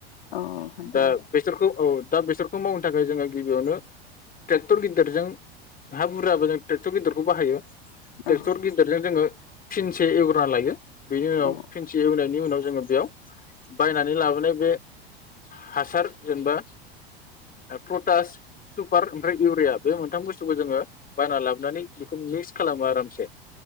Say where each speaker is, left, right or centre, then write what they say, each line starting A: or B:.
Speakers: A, on the left; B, on the left.
A: औ खोन्थानो
B: दा बेसोरखौ औ। दा बेसरखौ मावनो थाखाय जोङो गिबियावनो टेक्टर गिदिरजों हा बुरजाबो जों टेक्टर गिदिरखौ बाहायो टेक्टर
A: औ
B: गेदिरजों जोङो फिनसे एवग्रोना लायो। बेनि उनाव
A: औ
B: फिनसे एवनायनि उनाव जोङो बेयाव बायनानै लाबोनाय बे हासार, जेनबा फटास सुपार ओमफ्राय इउरिया बे मोनथाम बुस्थुखौ जोङो बायना लाबोनानै बेखौ मिक्स खालामो आरामसे